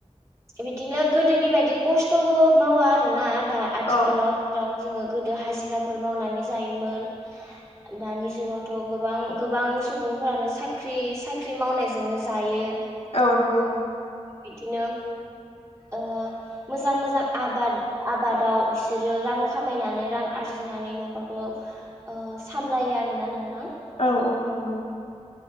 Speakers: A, on the right; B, on the left.
A: बिदिनो गोदोनि बायदि खस्थ'बो मावा आरोना दा आथिखालाव
B: औ
A: जेराव जोङो। गोदो हाजिराफोर मावनानै जायोमोन दानि जुगावथ' गोबां-गोबां सुबुंफोरानो साख्रि-साख्रि मावनायजोंनो जायो।
B: औ नंगौ।
A: बिदिनो ओ मोजां-मोजां आबाद आबादाव बिसोरो रां खामायनानै रां आरजिनानै नखरखौ सामलायो आरोना नोंथां।
B: औ औ नंगौ